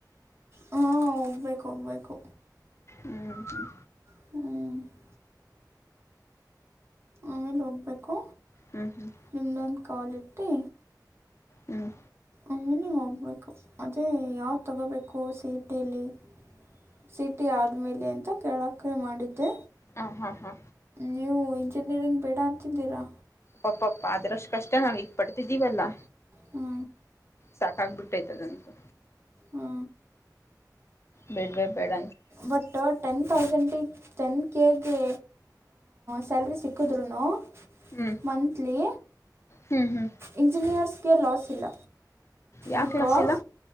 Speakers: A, on the right (about 35°); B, on the left (about 40°).
A: ಹಾಂ ಹೋಗ್ಬೇಕು ಹೋಗ್ಬೇಕು
B: ಹ್ಮ.
A: ಹ್ಮೂ. ಆಮೇಲೆ ಹೋಗ್ಬೇಕು
B: ಹ್ಮ್ ಹ್ಮ್
A: ನಿಮ್ದೊಂದು ಕಾಲ್ ಇಟ್ಟಿ.
B: ಹ್ಮ್
A: ಆಮೇಲೆ ಹೋಗ್ಬೇಕು ಅದೇ ಯಾವ್ದ್ ತಗೋಬೇಕು ಸಿ ಇ ಟಿ ಲಿ. ಸಿಟಿ ಆದ್ಮೇಲೆ ಅಂತ ಕೇಳೋಕೆ ಮಾಡಿದ್ದೆ.
B: ಹಾ ಹಾ ಹಾ
A: ನೀವು ಇಂಜಿನಿಯರಿಂಗ್ ಬೇಡ ಅಂತಿದ್ದೀರಾ.
B: ಪಾ ಪ ಪ್ಪ ಅದ್ರಷ್ಟು ಕಷ್ಟ ನಾವ್ ಈಗ್ ಪಡ್ತಿದ್ದೀವಲ್ಲಾ.
A: ಹ್ಞೂ
B: ಸಾಕಾಗಬಿಟೈತ್ ಅದಂತು.
A: ಹಾ
B: ಬೆಡ್ ವೆ ಬೇಡ.
A: ಬಟ್ ಟೆನ್ ತೌಸಂಡಿಗೆ ಟೆನ್ ಕೆ ಗೆ. ಸ್ಯಾಲ್ರಿ ಸಿಕ್ಕದ್ರುನು
B: ಹ್ಮ್
A: ಮಂತ್ಲಿ.
B: ಹ್ಮ್ ಹ್ಮ್
A: ಇಂಜಿನಿಯರ್ಸ್ಗೆ ಲಾಸ್ ಇಲ್ಲ
B: ಯಾವ
A: ಬಿಕಾಸ್,
B: ಕ್ಲಾಸ್ ಇಲ್ಲ